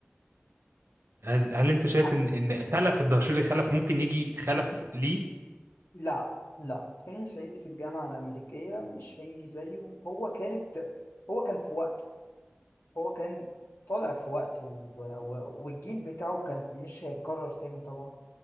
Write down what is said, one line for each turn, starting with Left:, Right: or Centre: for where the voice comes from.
Right: هل هل انت شايف
Left: ح-
Right: ان ان خلف الدهشوري خلف ممكن يجي خلف ليه
Left: لا لا فيلم صعيدي في الجامعة الأمريكية مش هيجي زيه هو كانت هو كان في وقته هو كان طالع في وقته و... و... والجيل بتاعه كان مش هيتكرر تاني طبعا